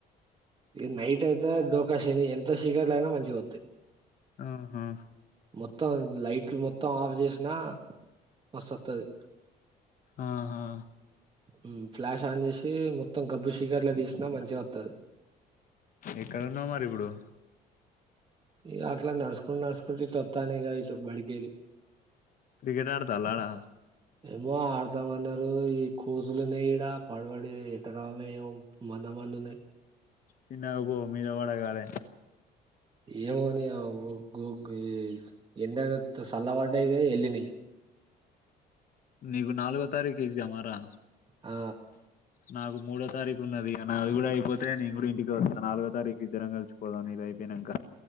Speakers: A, on the right; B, on the left.
A: ఇది నైట్ అయితే డోకా శని ఎం త్త శీకట్లైనా మంచిగొత్తయ్
B: ఆహా
A: మొత్తం లైట్లు మొత్ త్తం ఆఫ్ జేసినా మస్తు వత్తది
B: ఆహా
A: మ్మ్ ఫ్లాష్ ఆన్ చేసి మొత్తం గబ్బు శీకట్లా తీసినా మంచిగత్తది
B: ఎక్కడున్నావ్ మరి ఇపుడు
A: ఈ అట్లా నడస్కొం నడస్కొంట ఇట్ వత్తాను ఇగ ఇటు బడికేలి
B: క్రికెట్ ఆడతాల్ల ఆడా
A: ఏమో ఆడతామన్నారు ఈ కోతులున్నాయ్ ఈడ పడబడి ఎట్టరావాళ్నో ఏమో మంద మంద ఉన్నాయ్
B: సిన్నగ పో మీద వడ గాలె
A: ఏమోని ఆ ఓ గో గీ ఎండగాత్త చల్లబడ్డాయిగ వెళ్ళినయ్
B: నీగు నాలుగో తారీఖు ఎగ్జామ రా
A: ఆ
B: నాకు మూడో తారీఖు ఉన్నది నాది కూడా అయిపోతే నేను కూడా ఇంటికి వస్తాను నాలుగో తారీఖు ఇద్దరం కలుచుకోదాం నీది అయిపేయినాంక